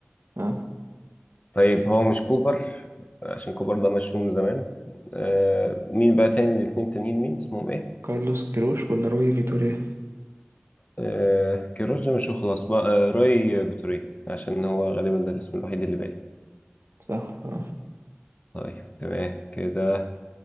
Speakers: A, on the right (about 75°); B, on the left (about 35°).
A: اه
B: طيب هو مش كوبر عشان كوبر ده مشهور من زمان آه مين بقى تاني الاتنين تانيين مين اسمهم ايه
A: كارلوس كيروش ولا روي فيتوريا
B: آه كيروش ده مشهور خلاص بقى آه روي فيتوري عشان هو غالبا ده الاسم الوحيد اللي باقي
A: صح آه.
B: طيب تمام كده